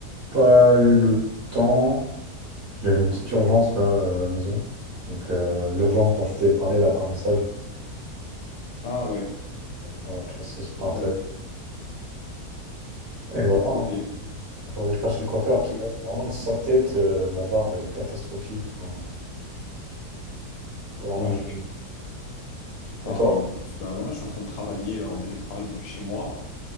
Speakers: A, on the right; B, on the left.
A: pas eu le temps. J'avais une petite urgence, là, euh, à la maison. Donc, euh, l'urgence dont je t'ai parlé, là, par message.
B: Ah ouais.
A: Ouais, tu vois, c'est super
B: Ouais,
A: intéressant.
B: ouais.
A: Et voilà.
B: Ok.
A: hein. Il faudrait que je passe chez le coiffeur,
B: Ok,
A: parce que
B: ok.
A: là, j'ai vraiment une sale tête. euh, ma barbe, elle est catastrophique. Enfin, faut vraiment
B: Ouais.
A: que j'y... gagne.
B: Pareil,
A: Et toi?
B: écoute. Bah voilà je suis en train de travailler en télétravail depuis chez moi.